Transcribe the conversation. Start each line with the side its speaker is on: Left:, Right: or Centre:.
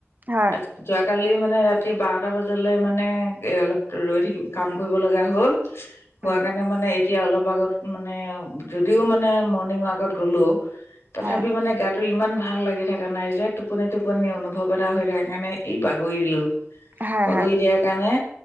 Right: হয়
Left: আৰু, যোৱাকালি মানে মে ৰাতি বাৰটা বজালৈ মানে অলপ ৰৈ থাকিব কাম কৰিব লগা হ'ল।
Right: উম
Left: হোৱা কাৰণে মানে এতিয়া অলপ আগত মানে যদিও মানে মৰ্ণিং ৱাকত গ'ল তথাপি
Right: হয়
Left: মানে গাটো ইমান ভাল লাগি থকা নাই যে টোপনি টোপনি অনুভৱ এটা হৈ থাকে কাৰণে ই বাগৰি দলো।
Right: হয়
Left: বগৰি দিয়াৰ কাৰণে